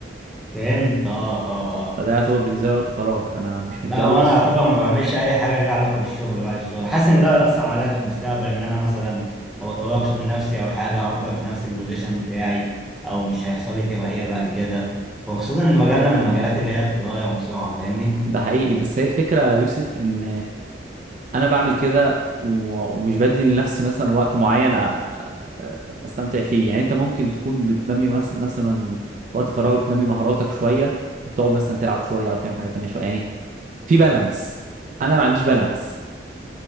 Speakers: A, in the centre; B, on the right.
A: فهمت اه اه اه
B: فده يعتبر بالنسبه لي وقت فراغ انا مش متجوز
A: لا هو أنا أعتبر ما بعملش أي حاجة ليها علاقة بالشغل بعد الشغل حاسس إن ده هيأثر عليا في المستقبل إن أنا مثلا ما بطورش من نفسي أو حاجة هفضل في نفس البوزيشن بتاعي أو مش هيحصل لي ترقية بعد كده وخصوصا إن مجالنا من المجالات اللي هي بتتغير بسرعة فاهمني
B: ده حقيقي بس هي الفكره يا يوسف ان انا بعمل كده و- ومش بدي لنفسي مثلا وقت معين أ- أ- استمتع فيه يعني انت ممكن تكون بتنمي مس- مثلا وقت فراغك بتنمي مهاراتك شويه بتقعد مثلا تلعب شويه او تعمل حاجه تانية شويه يعني في بالانس انا ما عنديش بالانس